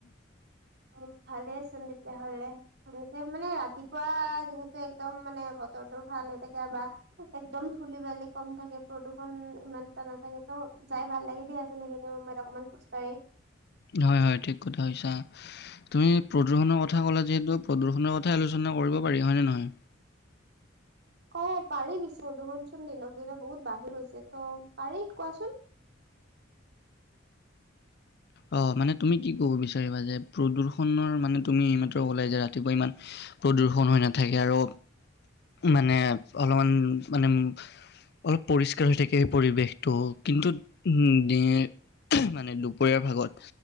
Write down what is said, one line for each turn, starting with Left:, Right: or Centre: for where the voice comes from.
Right: উম, ভালেই চোন তেতিয়াহ'লে। তাকে মানে ৰাতিপুৱা যিহেতু একদম মানে বতৰটো ভাল হৈ থাকে বা একদম ধূলি বালি কম থাকে প্ৰদূষণ ইমান এটা নাথাকে তো যাই ভাল লাগে দিয়া। এইখিনি অকমান খোজকাঢ়ি
Left: হয়, হয় ঠিক কথা কৈছা তুমি প্ৰদূষণৰ কথা ক'লে যিহেতু প্ৰদূষণৰ কথাই আলোচনা কৰিব পাৰি হয়নে নহয়।
Right: অ' পাৰি পিছে প্ৰদূষণ চোন দিনক দিনে বহুত বাঢ়ি গৈছে ত পাৰি কোৱাচোন?
Left: অ' মানে তুমি কি ক'ব বিচাৰিবা যে প্ৰদূষণৰ মানে তুমি এইমাত্ৰ ওলাই যে ৰাতিপুৱা ইমান প্ৰদূষন হৈ নাথাকে আৰু মানে অলপমান মানে অলপ পৰিষ্কাৰ হৈ থাকে সেই পৰিৱেশটো কিন্তু মানে দুপৰীয়াৰ ভাগত